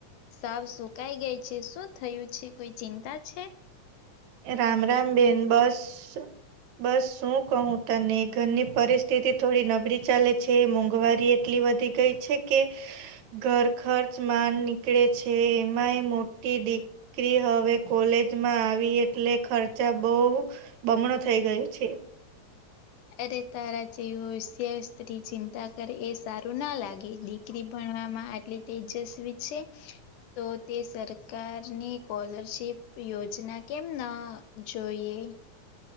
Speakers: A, on the left; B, on the right.
A: સાવ સુકાઈ ગઈ છે, શું થયું છે, કોઈ ચિંતા છે.
B: રામ રામ બેેન બસ બસ શું કહું તને ઘરની પરિસ્થિતિ થોડી નબળી ચાલે છે, મોંઘવારી એટલી વધી ગઈ છે, કે ઘર ખર્ચમાંન નીકળે છે, એમાંય મોટી દીકરી હવે કોલેજમાં આવી એક એટલે ખર્ચા બહું બમણો થઈ ગયો છે.
A: અરે તારા જેવું હોશિયાર સ્ત્રી ચિંતા કરે એ સારું ના લાગે દીકરી ભણ વામા આટલી તેજસ્વી છે. તો તે સરકારની કોલરશીપ યોજના કેમ ના જોઈએ એ.